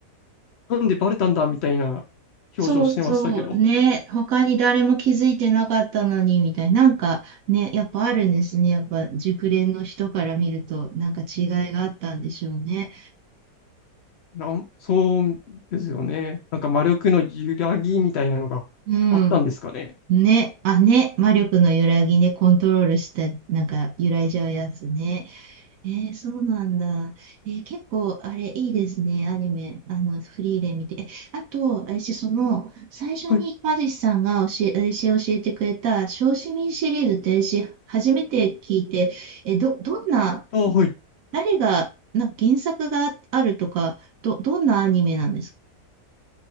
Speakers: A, on the left (about 85°); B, on the right (about 70°).
A: なんでバレたんだみたいな表情してましたけど、
B: そうそう、ね、他に誰も気づいてなかったのに、みたいな、なんかね、やっぱあるんですね。やっぱ熟練の人から見ると、なんか違いがあったんでしょうね。
A: なんそうですよね。なんか魔力の揺らぎみたいなのがあったんですかね。
B: うん。ね、あ、ね、魔力の揺らぎね、コントロールした、なんか揺らいじゃうやつね。えー、そうなんだ。えー結構、あれ、いいですね、アニメ、あの、フリーで見て。え、あと、私、その、最初に、
A: はい。
B: マジ志さんが教え、私教えてくれた、小市民シリーズって、私、初めて聞いて、え、ど、どんな、
A: ああ、はい。
B: 誰が、なんか原作があるとか、ど、どんなアニメなんですか